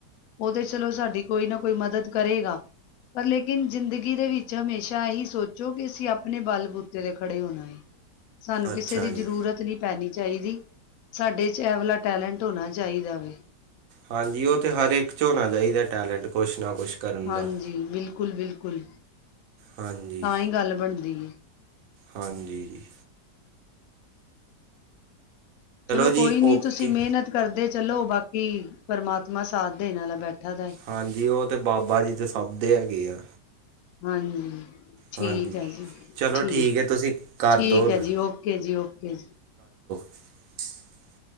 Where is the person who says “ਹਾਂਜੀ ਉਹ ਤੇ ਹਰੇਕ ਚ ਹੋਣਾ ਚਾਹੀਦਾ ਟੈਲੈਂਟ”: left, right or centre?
Right